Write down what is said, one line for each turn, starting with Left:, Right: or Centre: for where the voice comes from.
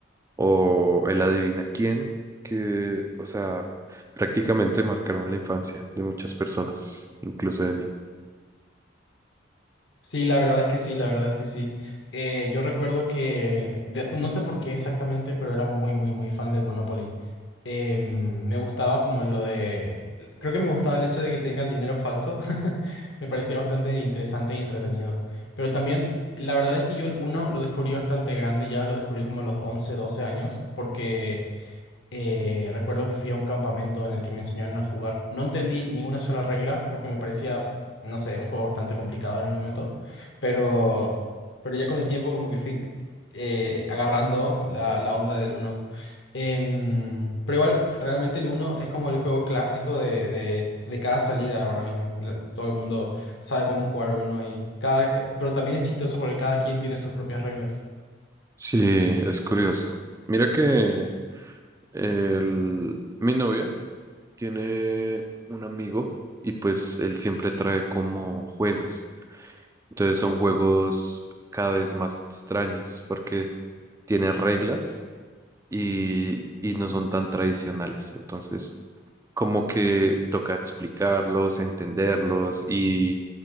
Right: o el Adivina quién, que, o sea, prácticamente marcaron la infancia de muchas personas, incluso de mí.
Left: Sí, la verdad es que sí, la verdad es que sí. Eh, yo recuerdo que, de- pues, no sé por qué exactamente, pero era muy, muy, muy fan del Monopoly. Em, me gustaba como lo de, creo que me gustaba el hecho de que tenga el dinero falso. <laughs> Me parecía bastante interesante y entretenido. Pero también, la verdad es que yo el uno lo descubrí bastante grande ya, lo descubrí como a los 11 12 años, porque eh, recuerdo que fui a un campamento en el que me enseñaron a jugar. No entendí ni una sola regla porque me parecía, no sé, un juego bastante complicado en el momento. Pero, pero ya con el tiempo como que fui eh, agarrando la, la onda del uno Em, pero igual, realmente el uno es como el juego clásico de, de- de cada salida ahora mismo. La- todo el mundo sabe cómo jugar uno y cada, ca- pero también es chistoso porque cada quien tiene sus propias reglas.
Right: Sí, es curioso. Mira que el- mi novia tiene un amigo y pues él siempre trae como juegos. Entonces son juegos cada vez más extraños porque tiene reglas y, y no son tan tradicionales. Entonces como que toca explicarlos, entenderlos y,